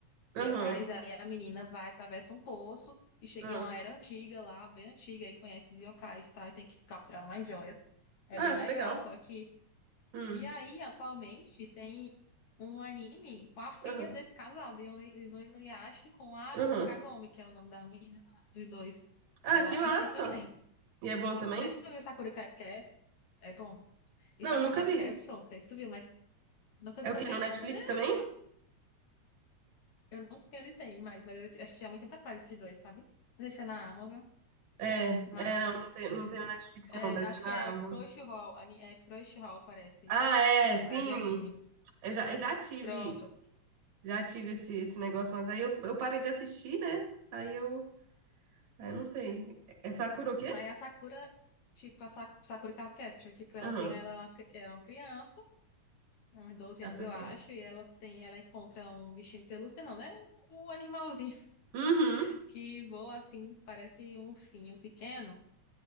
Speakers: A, on the right (about 70°); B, on the left (about 55°).
A: Aham.
B: yokais, aí a menina vai, atravessa um poço e chega
A: aham.
B: em uma era antiga lá, bem antiga, e conhece os yokais, tá? E tem que capturar umas joias. É
A: Ah,
B: bem legal,
A: que legal.
B: só que.
A: Hum.
B: E aí, atualmente, tem um anime com a filha
A: Aham.
B: desse casal, de Inu- do Inuyasha com a Ago-
A: Aham.
B: Kagome, que é o nome da menina, lá, dos dois.
A: Ah,
B: Aí eu
A: que
B: assisti
A: massa.
B: também.
A: E é bom também?
B: Não sei se tu viu Sakura Card Cap, é bom.
A: Não,
B: E Sakura
A: nunca
B: Card
A: vi.
B: Capsule, não sei se tu viu, mas nunca
A: É
B: vi
A: o
B: também?
A: quê? No Netflix
B: Meu Deus!
A: também?
B: Eu não sei onde tem mais, mas eu assisti há muito tempo atrás esses dois, sabe? Não sei se é na Amazon,
A: É,
B: mas
A: é, não, não tem, não tem no Netflix
B: é,
A: não, deve
B: acho
A: ser na
B: que é
A: Amazon.
B: Crunchyroll, ani- é Crunchyroll, parece.
A: Ah, é,
B: Tem
A: sim.
B: um bocado de anime.
A: Eu já, eu já tive
B: Pronto.
A: Já tive esse, esse negócio, mas aí eu, eu parei de assistir, né? Aí eu, aí eu não sei. É Sakura o quê?
B: Aí a Sakura, tipo, a Sa- Sakura Card Capture, tipo, ela
A: Aham,
B: tem, ela é uma, cri- é uma criança, uns doze
A: Catoquei.
B: anos, eu acho, e ela tem, ela encontra um bichinho de pelúcia, não, né? Um um animalzinho
A: Uhum,
B: <laughs> que voa assim, parece um ursinho pequeno.